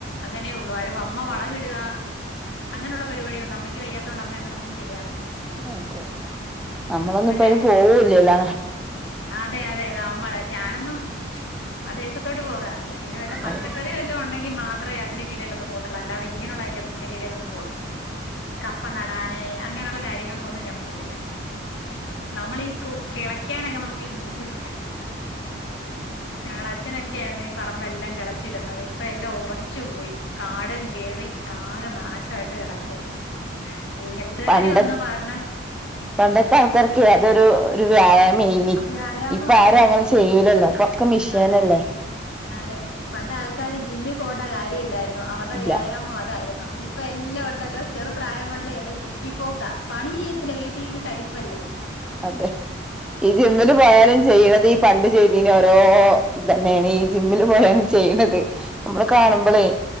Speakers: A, on the left (about 75°); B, in the centre.
A: അങ്ങനെയൊള്ളൂ ആര് അമ്മ വളവിട അങ്ങനെയുള്ള പരിപാടിയൊന്നും അമ്മയ്ക്ക് വയ്യാത്തെ കൊണ്ട് അമ്മ അങ്ങനൊന്നും ചെയ്യാറില്ല
B: അതെ നമ്മളൊന്നും
A: മറ്റേ
B: ഇപ്പ അയിന് പോവോ ഇലല്ലോ
A: അതെ അതെ നമ്മളെ ഞാനൊന്നും ആദേശത്തോട്ട് പോകാറില്ല പിന്നെ വല്ല പച്ചക്കറി
B: അതെ
A: വല്ലാം ഉണ്ടെങ്കി മാത്രം അത്ര അതിന്റെ കീഴിൽ ഒന്ന പോത്തുള്ള അല്ലാതെങ്ങനെയുള്ള ഐറ്റസിന്റെ കീഴിലൊന്ന പോ ഇപ്പ നടാന് അങ്ങനെയുള്ള കാര്യങ്ങൾക്കൊന്നും ഞാൻ പോകത്തില്ല നമ്മളീ ഈ കിളക്കാനൊക്കെ നമുക്ക് ബുദ്ധിമുട്ട് ഞങ്ങടെ അച്ഛനൊക്കെയ ആയിരുന്നു ഈ പറമ്പെല്ലാം കിളച്ചിടുന്നത് ഇപ്പ എല്ലാം ഉറച്ചു പോയി കാടും കേറി ആകെ നാശമായിട്ട് കിടക്കുക ഈ ഹെൽത്തുകാരി
B: പണ്ട
A: വന്നു പറഞ്ഞു
B: പണ്ടത്തെ ആൾക്കാർക്ക അതൊരു ഒരു വ്യായാമ മെയിനി
A: വ്യായാമായിരുന്നു
B: ഇപ്പൊ ആരും അങ്ങനെ ചെയൂലല്ലോ ഇപ്പൊക്കെ മിഷിയനല്ലേ
A: അതെ അതെ പണ്ട ആൾക്കാര് ജിമ്മിൽ പോകേണ്ട കാര്യമല്ലായിരുന്നു അവരുടെ
B: ഇല്ല
A: വ്യായാമ അതായിരുന്നു ഇപ്പൊ എല്ലാം ഉണ്ടല്ലോ ചെറുപ്രായം മുതലേ എല്ലാം ജിമ്മി പോക്കാ പണി ചെയ്യത്തില്ല വീട്ടിൽരുന്ന് കഴിപ്പല്ലേ
B: അതെ ഈ ജിമ്മന് പോയാനും ചെയ്യണത് പണ്ട്ച്തീ ഓരോ ഇ തന്നെയാണ് ഈ ജിമ്മില് പോലാണ് ചെയ്യത് നമ്മള് കാണുമ്പോളേ
A: അതെ